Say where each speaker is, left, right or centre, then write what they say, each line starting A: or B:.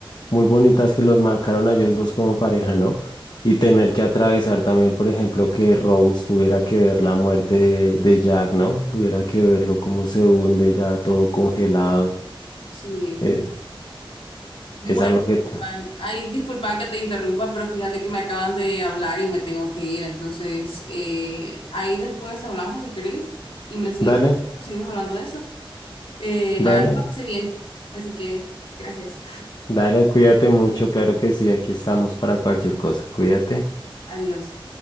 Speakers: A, on the left; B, on the left.
A: muy bonitas que los marcaron a ellos dos como pareja, ¿no? Y tener que atravesar también, por ejemplo, que Rose tuviera que ver la muerte de, de Jack, ¿no? Tuviera que verlo cómo se hunde ya todo congelado.
B: Sí.
A: Eh,
B: Bueno,
A: es algo que...
B: Juan, ay, disculpa que te interrumpa, pero fíjate que me acaban de hablar y me tengo que ir. Entonces, eh, ahí después hablamos si querés y me seguimos,
A: Dale,
B: seguimos hablando de eso. Eh,
A: dale.
B: la verdad la pasé bien. Así que, gracias.
A: Dale, cuídate mucho, claro que sí, aquí estamos para cualquier cosa. Cuídate.
B: <laughs> Adiós.